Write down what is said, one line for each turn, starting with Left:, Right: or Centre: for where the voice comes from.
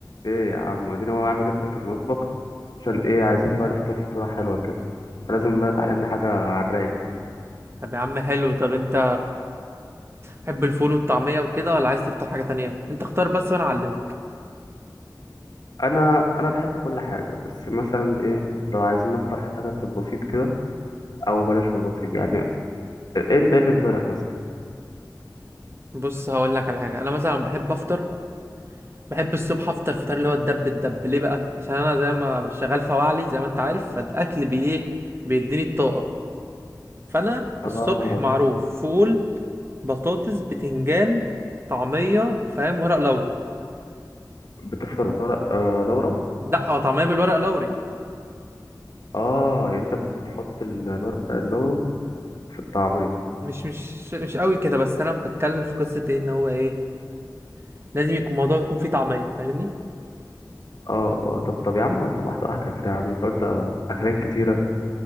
Left: ايه يا عم اديني هو يا عم جبتك المطبخ عشان ايه عايزين بقى نفطر فطوره حلوه كده فلازم بقى تعلمنا حاجه على الرايق كده
Right: طب يا عم حلو طب انت تحب الفول والطعمية وكده ولا عايز تفطر حاجة تانية انت اختار بس وانا اعلمك
Left: انا انا بحب كل حاجه بس مثلا ايه لو عايزين نفطر حاجه في البسيط كده او بلاش في البسيط يعني انت ايه اللي في بالك مثلا
Right: بص هقول لك على حاجة انا مثلا بحب افطر بحب الصبح افطر فطار اللي هو الدب الدب ليه بقى عشان انا زي ما شغال فواعلي زي ما انت عارف فالاكل بي ايه بيديني الطاقة فانا
Left: اه
Right: الصبح معروف فول بطاطس بتنجان طعمية فاهم ورق لوري
Left: بتفطر ورق آه لورا
Right: لا هو طعمية بالورق لوري
Left: اه يعني انت بتحط ال- الورق اللورو في الطعميه
Right: مش مش مش قوي كده بس انا بتكلم في قصة ايه ان هو ايه لازم يكون الموضوع يكون فيه طعمية فاهمني
Left: اه اه طب طب يا عم طب واحده واحده كده يا عم انت قلت اكلات كتيره